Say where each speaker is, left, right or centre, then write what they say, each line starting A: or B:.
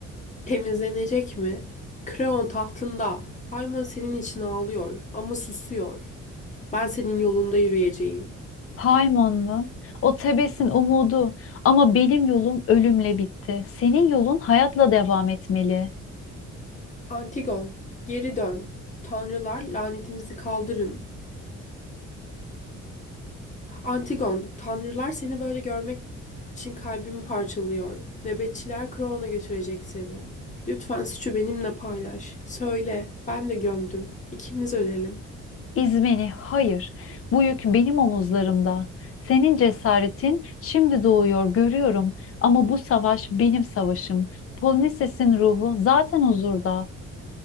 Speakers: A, on the left; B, on the left.
A: Temizlenecek mi? Kreon tahtında. Ayman senin için ağlıyor ama susuyor. Ben senin yolunda yürüyeceğim.
B: Haymon mu? O Tebes'in umudu. Ama benim yolum ölümle bitti. Senin yolun hayatla devam etmeli.
A: Antigon, geri dön. Tanrılar lanetimizi kaldırın. Antigon, tanrılar seni böyle görmek için kalbimi parçalıyor. Nöbetçiler Kreon'a götürecek seni. Lütfen suçu benimle paylaş. Söyle, ben de gömdüm. İkimiz ölelim.
B: İzmeni, hayır. Bu yük benim omuzlarımda. Senin cesaretin şimdi doğuyor, görüyorum. Ama bu savaş benim savaşım. Polonisesin ruhu zaten huzurda.